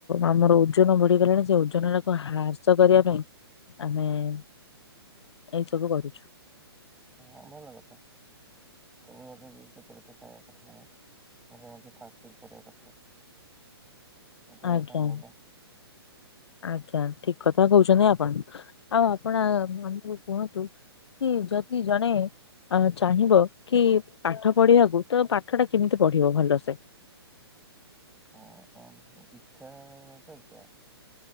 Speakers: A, on the left; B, in the centre.
A: ଆମର ଓଜନ ବଢିଗଲାଣି ସେ ଓଜନ ଟାକୁ ହ୍ରାସ କରିବା ପାଇଁ ଆମେ ଏଇ ସବୁ କରୁଛୁ।
B: ହଁ ଭଲ କଥା। ସବୁ ବି ବେଳେ ବେଳେ ବି ଖାଇବା କଥା ନୁହେଁ ମଝିରେ ମଝିରେ ଫାଷ୍ଟିଂ କରିବା କଥା। ଦେହ
A: ଆଜ୍ଞା
B: ପାଇଁ ଭଲ।
A: ଆଜ୍ଞା ଠିକ କଥା କହୁଛନ୍ତି ଆପଣ ଆଉ ଆପଣ ଆଗେ କୁହନ୍ତୁ? କି ଯଦି ଜଣେ ଅ ଚାହିଁବ କି ପାଠ ପଢିବାକୁ ତ ପାଠ ଟା କେମିତି ପଢିବ ଭଲସେ?
B: ହଁ ହଁପରୀକ୍ଷା ଦେଖିବା